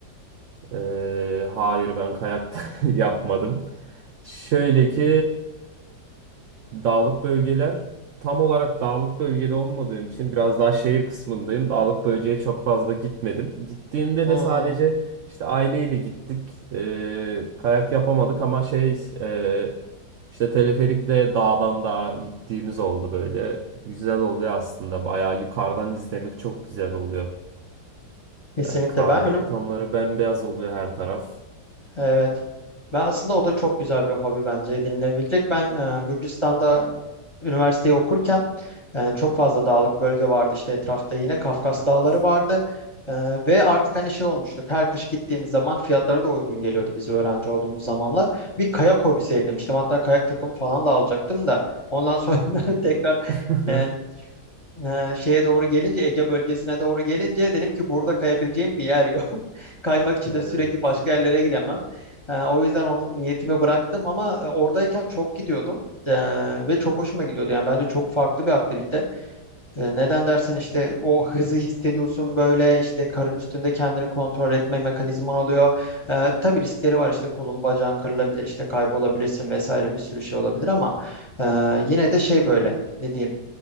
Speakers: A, on the right; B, on the left.
A: Ee, hayır ben kayak <laughs> yapmadım. Şöyle ki e, dağlık bölgeler tam olarak dağlık bölgede olmadığım için biraz daha şehir kısmındayım. Dağlık bölgeye çok fazla gitmedim. Gittiğimde
B: Hmm,
A: de sadece işte aileyle gittik. Ee, kayak yapamadık ama şey e, işte teleferikle dağdan dağa gittiğimiz oldu böyle. Güzel oluyor aslında. Bayağı yukarıdan izlemek çok güzel oluyor.
B: kesinlikle.
A: Yani karlı
B: Ben önüm
A: ortamları bembeyaz oluyor her taraf.
B: evet. Ben aslında o da çok güzel bir hobi bence edinilebilecek. Ben e, Gürcistan'da üniversiteyi okurken e, çok fazla dağlık bölge vardı işte etrafta yine Kafkas
A: Evet.
B: Dağları vardı. E, ve artık hani şey olmuştuk. Her kış gittiğimiz zaman fiyatları da uygun geliyordu biz öğrenci olduğumuz zamanlar. Bir kayak hobisi edinmiştim. Hatta kayak takımı falan da alacaktım da ondan sonra <laughs> tekrar
A: <laughs>
B: e, Ee, şeye doğru gelince Ege bölgesine doğru gelince dedim ki burada kayabileceğim bir yer yok. <laughs> Kaymak için
A: Evet.
B: de sürekli başka yerlere gidemem. Ee, o yüzden o niyetimi bıraktım ama e, oradayken çok gidiyordum. Ee, ve çok hoşuma gidiyordu. Yani bence çok farklı bir aktivite. Ee, neden dersen işte o hızı hissediyorsun böyle işte karın üstünde kendini kontrol etme mekanizman oluyor. Ee, tabii riskleri var işte kolun bacağın kırılabilir işte kaybolabilirsin vesaire bir sürü şey olabilir ama e, yine de şey böyle ne diyeyim